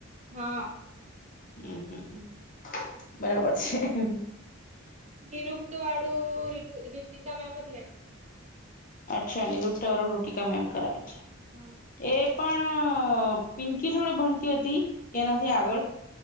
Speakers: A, on the right; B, on the left.
A: હા.
B: હમ્મ-હમ્મ-હમ્મ, બરાબર છે.
A: તિરુક્તવાળું રિત રિતીકામેમ જ લે. <inaudible>
B: અચ્છા. અને <unintelligible> રુતિકામેમ કરાવે છે.
A: હમ્મ.
B: એ પણ પિંકી જોડે ભણતી હતી? કે એનાથી આગળ?